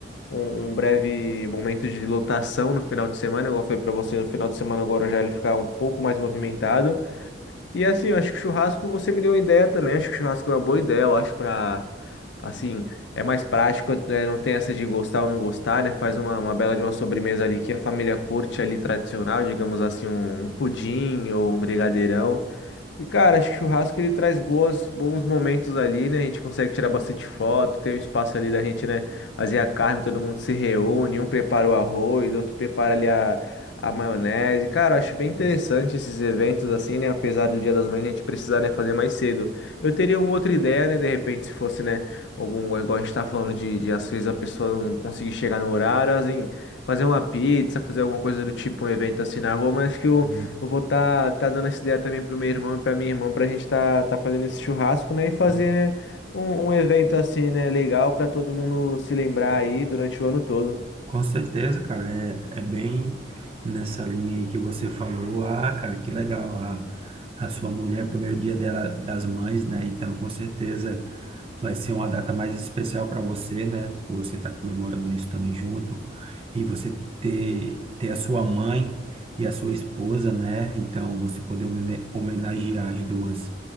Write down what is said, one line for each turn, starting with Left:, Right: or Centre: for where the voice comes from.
Left: um, um breve momento de lotação no final de semana, igual foi para você, no final de semana o Guarujá ele fica um pouco mais movimentado. E assim, eu acho que churrasco você me deu uma ideia também. Acho que churrasco é uma boa ideia, eu acho, pra. Assim, é mais prático, né? Não tem essa de gostar ou não gostar, né? Faz uma, uma bela de uma sobremesa
Right: Isso,
Left: ali que a família curte ali tradicional, digamos assim, um, um pudim ou um brigadeirão. E, cara, acho que churrasco ele traz boas, bons momentos ali, né? A gente consegue tirar bastante foto, tem um espaço ali da gente, né? Fazer a carne, todo mundo se reúne, um prepara o arroz, outro prepara ali a, a maionese. Cara, eu acho bem
Right: isso,
Left: interessante esses eventos assim, né? Apesar do Dia das Mães a gente precisar, né, fazer mais cedo. Eu teria uma outra ideia, né? De repente, se fosse, né, algum, igual a gente tá falando de, de às vezes a pessoa não conseguir chegar no horário, assim, fazer uma pizza, fazer alguma coisa do tipo, um evento assim na rua, mas acho que o
Right: sim,
Left: eu vou estar tá, tá dando essa ideia também pro meu irmão e pra minha irmã, pra gente estar tá, tá fazendo esse churrasco, né? E fazer,
Right: sim.
Left: né, um, um evento assim, né, legal pra todo mundo se lembrar aí durante o ano todo.
Right: Com certeza, cara, é, é bem nessa linha aí que você falou. Ah, cara, que legal. A, a sua mulher, o primeiro dia dela das mães, né? Então, com certeza vai ser uma data mais especial para você, né? Por você estar comemorando isso também junto e você ter, ter a sua mãe e a sua esposa, né? Então, você poder homene- homenagear as duas